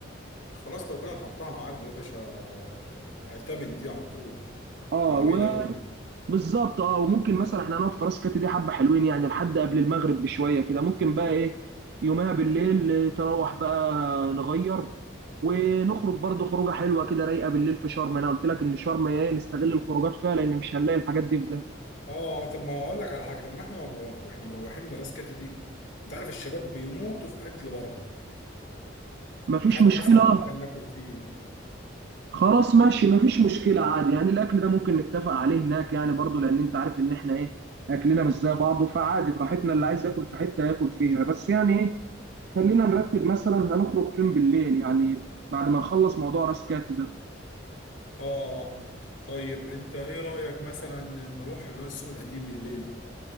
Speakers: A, on the left (about 75°); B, on the right (about 55°).
A: خلاص لو كده نحطها معاك دي يا باشا آه، اعتمد دي على طول
B: اه
A: دي جميله قوي
B: وبالظبط اه وممكن مثلا احنا هنقعد في راس كاتي دي حبه حلوين يعني لحد قبل المغرب بشويه كده ممكن بقى ايه يومها بالليل تروح بقى نغير ونخرج برضو خروجه حلوه كده رايقه بالليل في شرم انا قلت لك ان شرم ايه نستغل الخروجات فيها لان مش هنلاقي الحاجات دي في ده
A: اه اه، طب ما اقول لك على حاجه طب ما احنا ونروح- واحنا مروحين من راس كاتي دي انت عارف الشباب بيموتوا في اكل بره
B: مفيش
A: نعدي
B: مشكله
A: مثلا على مكان ناكل فيه
B: خلاص ماشي مفيش مشكله عادي يعني الاكل ده ممكن نتفق عليه هناك يعني برضو لان انت عارف ان احنا ايه اكلنا مش زي بعضه فعادي براحتنا
A: م-
B: اللي
A: م.
B: عايز ياكل في حته ياكل فيها بس يعني ايه خلينا نرتب مثلا هنخرج فين بالليل يعني بعد ما نخلص موضوع راس كات ده
A: اه اه طيب انت ايه رأيك مثلا نروح اللي هو السوق القديم بالليل